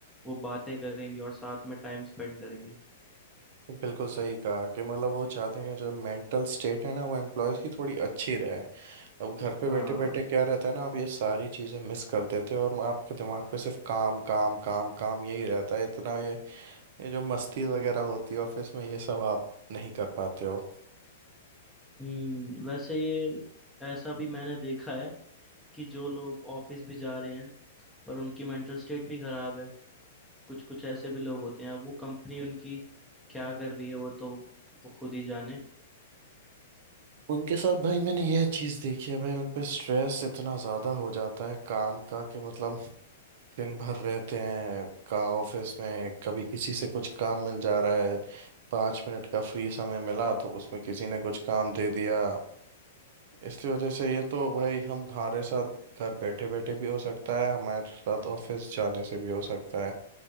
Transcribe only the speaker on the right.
बिल्कुल सही कहा कि मतलब वो चाहते हैं कि जो मेंटल स्टेट है ना वो एम्प्लॉयज़ की थोड़ी अच्छी रहे अब घर पे बैठे
बैठे क्या रहता है ना आप ये सारी चीज़ें मिस कर देते हो और आपके दिमाग पे सिर्फ काम काम काम काम यही रहता है इतना ये ये जो मस्ती वगैरह होती है ऑफिस में ये सब आप नहीं कर पाते हो
उनके साथ भाई मैंने यह चीज़ देखी है भाई उन पे स्ट्रेस इतना ज़्यादा हो जाता है काम का कि मतलब दिन भर रहते हैं कहाँ ऑफिस में कभी किसी से कुछ काम मिल जा रहा है पाँच मिनट का फ्री समय मिला तो उसमें किसी ने कुछ काम दे दिया इसलिए वजह से ये तो भाई हम हमारे साथ घर बैठे बैठे भी हो सकता है हमारे साथ ऑफिस जाने से भी हो सकता है